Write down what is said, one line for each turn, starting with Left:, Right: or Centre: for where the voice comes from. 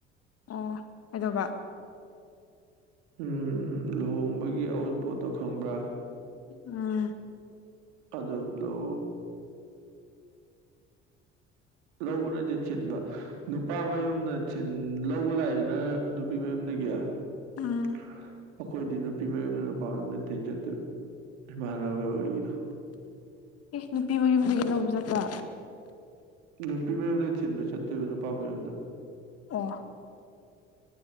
Left: ꯑꯣ ꯀꯩꯗꯧꯕ
Right: ꯎꯝ ꯂꯨꯍꯣꯡꯕꯒꯤ ꯑꯎꯟ ꯄꯣꯠꯇꯣ ꯈꯪꯕ꯭ꯔꯥ
Left: ꯎꯝ
Right: ꯑꯗꯨ ꯂꯣ ꯂꯧꯕ ꯅꯠꯇꯦ ꯊꯤꯟꯕ ꯅꯨꯄꯥ ꯃꯌꯨꯝꯅ ꯊꯤꯟ ꯂꯧꯕ ꯂꯥꯛꯏꯗꯨꯅ ꯅꯨꯄꯤ ꯃꯌꯨꯝ ꯇꯒꯤ ꯑꯩꯈꯣꯏꯗꯤ
Left: ꯎꯝ
Right: ꯅꯨꯄꯤ ꯃꯌꯨꯝꯅ ꯄꯥꯡꯅ ꯊꯤꯟ ꯆꯠꯇꯣꯏꯕ ꯏꯃꯥꯟꯅꯕ ꯍꯣꯏꯒꯤꯗꯣ
Left: ꯑꯦ ꯅꯨꯄꯤ ꯃꯌꯨꯝꯗꯒꯤ ꯂꯧꯕ ꯆꯠꯄ
Right: ꯅꯨꯄꯤ ꯃꯌꯨꯝꯗꯩ ꯊꯤꯟꯕ ꯆꯠꯇꯣꯏꯕ ꯅꯨꯄꯥ ꯃꯌꯨꯝꯗ
Left: ꯑꯣ